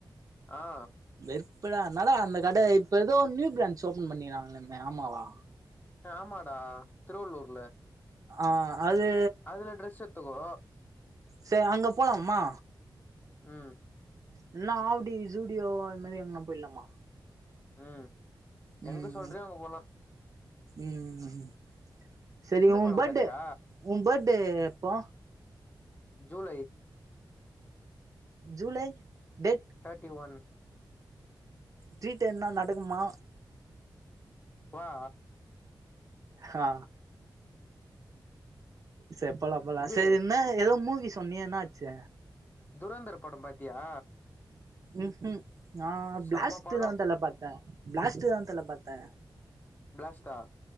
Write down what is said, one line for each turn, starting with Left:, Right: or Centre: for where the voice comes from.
Left: ஆ
Right: வெற்ப்படா அத்னாலதா அந்த கட இப்ப எதோ நியூ ப்ரான்ச் ஓபன் பண்ணிகிறாங்களாமே ஆமாவா
Left: ஏ ஆமாடா திருவள்ளுர்ல
Right: ஆ அது
Left: அதுல ட்ரெஸ் எத்துக்கோ
Right: சே அங்க போலாம்மா
Left: ம்
Right: இல்ன்னா ஆவுடி ஜூடியோ அது மாரி எங்னா போயில்லாமா
Left: ம்
Right: ம்
Left: எங்க சொல்றியோ அங்க போலா
Right: ம் ம் செரி
Left: இந்த
Right: உ
Left: படம்
Right: பேடே
Left: பாத்தியா
Right: உ பேடே எப்போ
Left: ஜூலை
Right: ஜூலை டேட்
Left: தேட்டி ஒன்
Right: ட்ரீட் என்ன நடக்குமா
Left: வா
Right: ஹா செரிப் போலா போலா
Left: இது
Right: செரி என்ன ஏதோ மூவி சொன்னியே என்னாச்சு
Left: துரந்தர் பட பாத்தியா
Right: ம் ஹு நா
Left: செம்ம
Right: பிளாஸ்ட்டு
Left: படம்
Right: தா தல பாத்தே பிளாஸ்ட்டு வந் தல பாத்தே
Left: பிளாஸ்டா